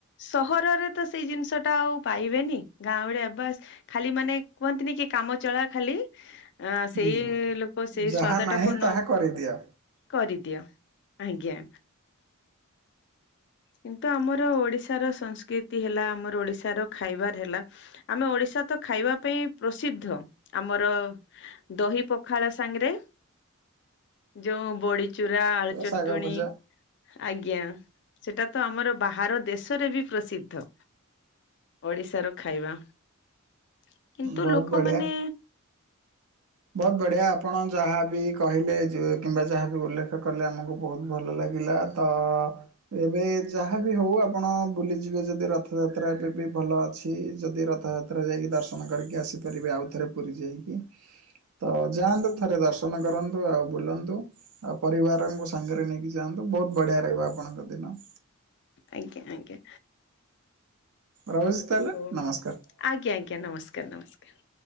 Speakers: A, on the left; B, on the right.
A: ସହରରେ ତ ସେଇ ଜିନିଷଟା ଆଉ ପାଇବେନି ଗାଁ ଭଳିଆ ବାସ ଖାଲି ମାନେ କୁହନ୍ତିନି କି କାମ ଚଳା ଖାଲି ଆ ସେଇ
B: ହୁଁ
A: ଲୋକ ସେଇ
B: ଯାହା
A: ସ୍ଵାଦଟାକୁ
B: ନାହିଁ ତାହା
A: ନ
B: କରିଦିଅ।
A: କରିଦିଅ। ଆଜ୍ଞା, କିନ୍ତୁ ଆମର ଓଡିଶାର ସଂସ୍କୃତି ହେଲା ଆମର ଓଡିଶାର ଖାଇବାର ହେଲା ଆମେ ଓଡିଶା ତ ଖାଇବା ପାଇଁ ପ୍ରସିଦ୍ଧ ଆମର ଦହି ପଖାଳ ସାଙ୍ଗରେ ଯୋଉ ବଡିଚୁରା ଆଳୁ ଚଟୁଣି।
B: ଶାଗ ଭଜା
A: ଆଜ୍ଞା, ସେଟା ତ ଆମର ବାହାର ଦେଶରେ ବି ପ୍ରସିଦ୍ଧ। ଓଡିଶା ର ଖାଇବା କିନ୍ତୁ
B: ବହୁତ
A: ଲୋକମାନେ
B: ବଢିଆ। ବହୁତ ବଢ଼ିଆ ଆପଣ ଯାହାବି କହିଲେ ଯୋ କିମ୍ବା ଯାହାବି ଉଲ୍ଲେଖ କଲେ ଆମକୁ ବହୁତ ଭଲ ଲାଗିଲା। ତ ଅ ଏବେ ଯାହାବି ହଉ ଆପଣ ବୁଲିଯିବେ ଯଦି ରଥଯାତ୍ରା ଏବେ ବି ଭଲ ଅଛି ଯଦି ରଥଯା ତ୍ରା ଯାଇକି ଦର୍ଶନ କରିକି ଆସିପାରିବେ ଆଉଥରେ ପୁରୀ ଯାଇକି ତ ଯାଆନ୍ତୁ ଥରେ ଦର୍ଶନ କରନ୍ତୁ ଆଉ ବୁଲନ୍ତୁ। ଆଉ ପରିବାରଙ୍କୁ ସାଙ୍ଗରେ ନେଇକି ଯାଆନ୍ତୁ ବହୁତ ବଢ଼ିଆ ରହିବ ଆପଣଙ୍କ ଦିନ।
A: ଆଜ୍ଞା, ଆଜ୍ଞା,
B: ରହୁଛି ତାହେଲେ।
A: ହଉ।
B: ନମସ୍କାର,
A: ଆଜ୍ଞା, ଆଜ୍ଞା, ନମସ୍କାର, ନମସ୍କାର,